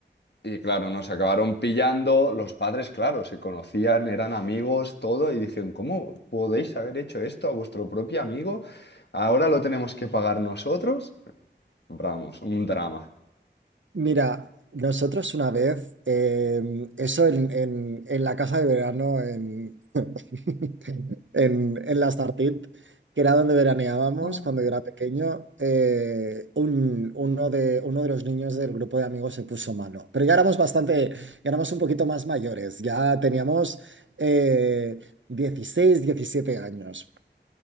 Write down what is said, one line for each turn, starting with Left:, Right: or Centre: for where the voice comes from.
Left: y claro, nos acabaron pillando. Los padres, claro, se conocían, eran amigos, todo, y dijeron, ¿cómo podéis haber hecho esto a vuestro propio amigo? Ahora lo tenemos que pagar nosotros. Vamos, un drama,
Right: Mira, nosotros una vez, eh, eso en, en- en la casa de verano, en, <laughs> en, en la Startit, que era donde veraneábamos
Left: Mm.
Right: cuando yo era pequeño, eh, un- uno de, uno de los niños del grupo de amigos se puso mano. Pero ya éramos bastante, ya éramos un poquito más mayores, ya teníamos eh, 16, 17 años.